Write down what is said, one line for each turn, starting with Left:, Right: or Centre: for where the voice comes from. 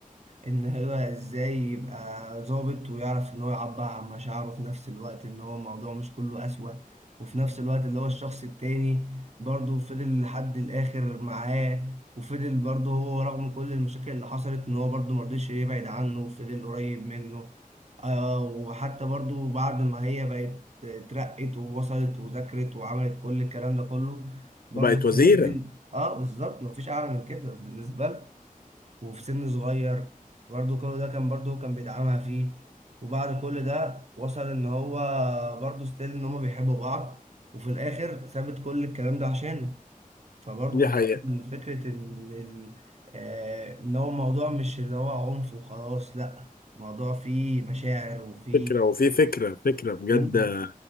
Right: ان هو ازاي يبقى ظابط ويعرف ان هو يعبر عن مشاعره في نفس الوقت ان هو الموضوع مش كله قسوة وفي نفس الوقت اللي هو الشخص التاني برضه فضل لحد الاخر معاه وفضل برضه هو رغم كل المشاكل اللي حصلت ان هو برضه مرضيش يبعد عنه وفضل قريب منه آه وحتى برضه بعد ما هي بقت اترقت ووصلت وذاكرت وعملت كل الكلام ده كله برضه
Left: وبقت
Right: الناس
Left: وزيرة
Right: تاني اه بالظبط مفيش اعلى من كده بالنسبه له وفي سن صغير برضه كل ده كان برضه كان بيدعمها فيه وبعد كل ده وصل ان هو برضه ستيل ان هما بيحبوا بعض وفي الاخر سابت كل الكلام ده عشانه فبرضه
Left: دي حقيقة
Right: دخل فكره ان ال... آه ان هو الموضوع مش اللي هو عنف وخلاص لا الموضوع فيه مشاعر وفيه
Left: فكرة وفي فكرة فكرة بجد
Right: كلام.